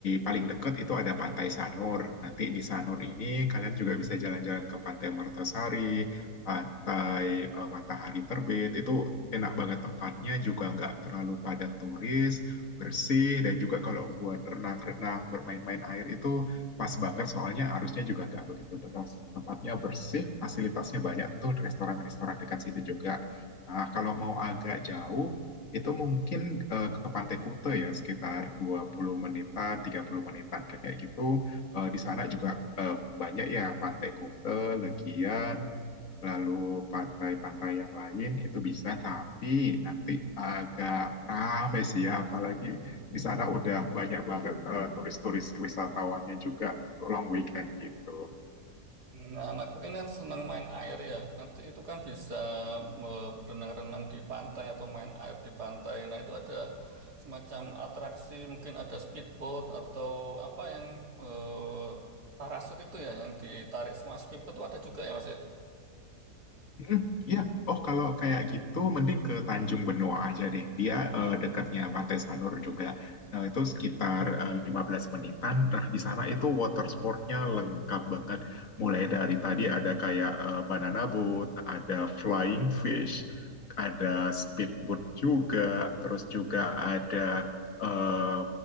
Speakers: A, on the left (about 55°); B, on the right (about 75°).
A: paling dekat itu ada Pantai Sanur. Nanti di Sanur ini kalian juga bisa jalan-jalan ke Pantai Mertasari, Pantai eh, Matahari Terbit. Itu enak banget tempatnya, juga nggak terlalu padat turis, bersih dan juga kalau buat renang-renang, bermain-main air itu pas banget soalnya arusnya juga nggak begitu deras. Tempatnya bersih, fasilitasnya banyak tuh restoran-restoran dekat situ juga. Nah, kalau mau agak jauh, itu mungkin eh, ke Pantai Kuta ya, sekitar 20 menitan, 30 menitan kayak gitu. Eh, di sana juga eh, banyak ya Pantai Kuta, Legian, lalu pantai-pantai yang lain itu bisa, tapi nanti agak rame sih ya, apalagi di sana udah banyak banget eh, turis-turis wisatawannya juga untuk long weekend gitu.
B: Nah, anakku ini kan senang main air ya. Nanti itu kan bisa me- berenang-renang di pantai atau main air di pantai. Nah, itu ada semacam atraksi, mungkin ada speedboat atau apa yang eh, parasut itu ya, yang ditarik semua speedboat itu ada juga ya, Mas ya.
A: Mm, Iya, Oh kalau kayak gitu mending ke Tanjung Benoa aja deh. Dia eh, dekatnya Pantai Sanur juga. Nah, itu sekitar eh, 15 menitan. Nah, di sana itu water sportnya lengkap banget. Mulai dari tadi ada kayak eh, banana boat, ada flying fish, ada speedboat juga, terus juga ada eh,